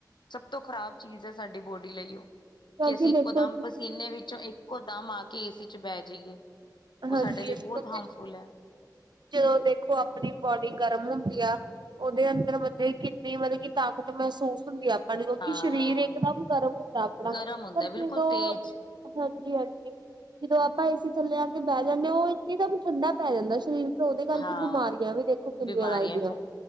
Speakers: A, on the left; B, on the right.
A: ਸਭ ਤੋਂ ਖ਼ਰਾਬ ਚੀਜ਼ ਹੈ, ਸਾਡੀ ਬੋਡੀ ਲਈ ਉਹ
B: ਕਿਉਂਕਿ
A: ਕਿ ਅਸੀਂ ਇੱਕੋ
B: ਦੇਖੋ
A: ਦਮ ਪਸੀਨੇ ਵਿੱਚੋਂ ਇੱਕੋ ਦਮ ਆ ਕੇ ਏਸੀ ਚ ਬਹਿ ਜਾਈਏ
B: ਹਾਂਜੀ-ਹਾਂਜੀ-ਹਾਂਜੀ
A: ਉਹ ਸਾਡੇ ਲਈ ਬਹੁਤ
B: ਕਿਉਂਕਿ
A: ਹਾਰਮਫੁਲ ਹੈ।
B: ਜਦੋਂ ਦੇਖੋ ਆਪਣੀ ਬੋਡੀ ਗਰਮ ਹੁੰਦੀ ਆ, ਉਹਦੇ ਅੰਦਰ ਮਤਲਬ ਕਿੰਨੀ ਮਤਲਬ ਕਿ ਤਾਕਤ ਮਹਿਸੂਸ ਹੁੰਦੀ ਆ। ਕਿਉਂਕਿ
A: ਹਾਂ
B: ਸਰੀਰ ਇੱਕਦਮ ਗਰਮ ਹੁੰਦਾ ਆਪਣਾ
A: ਗਰਮ ਹੁੰਦਾ
B: ਪਰ
A: ਬਿਲਕੁਲ
B: ਜਦੋਂ
A: ਤੇਜ਼
B: ਹਾਂਜੀ ਆਂਟੀ ਜਦੋਂ ਆਪਾਂ ਏਸੀ ਥੱਲੇ ਆ ਕੇ ਬਹਿ ਜਾਂਦੇ, ਉਹ ਇੱਕਦਮ ਠੰਡਾ ਪੈ ਜਾਂਦਾ ਸਰੀਰ ਫਿਰ ਉਹਦੇ ਕਰਕੇ
A: ਹਾਂ
B: ਬਿਮਾਰੀਆਂ ਵੀ ਦੇਖੋ ਕਿੰਨੀਆਂ
A: ਬਿਮਾਰੀਆਂ
B: ਲੱਗਦੀਆਂ,
A: ਫੈ